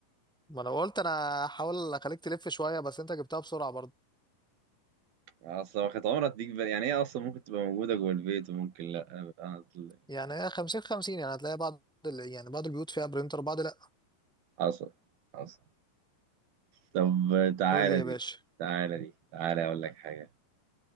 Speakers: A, in the centre; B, on the right (about 90°).
A: ما انا قلت انا هحاول اخليك تلف شوية بس انت جبتها بسرعة
B: يعني اصلا ما كانت عمرها تيجي بالي يعني هي اصلا ممكن تبقى موجودة جوه البيت وممكن لا اصل
A: يعني هي 50 50 يعني هتلاقي بعض ال- يعني بعض البيوت فيها برينتر بعض لا
B: حصل حصل طب تعالى
A: قول لي يا
B: دي
A: باشا
B: تعالى دي تعالى اقول لك حاجة